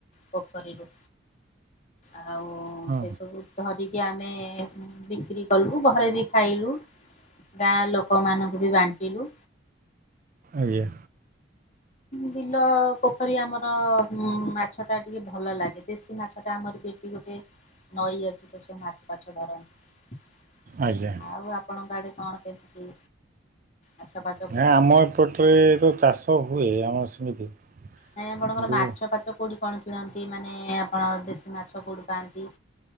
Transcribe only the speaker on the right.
ହଁ
ଆଜ୍ଞା।
ଆଜ୍ଞା।
ନା ଆମ ଏପଟରେ ତ ଚାଷ ହୁଏ ଆମର ସେମିତି
କିନ୍ତୁ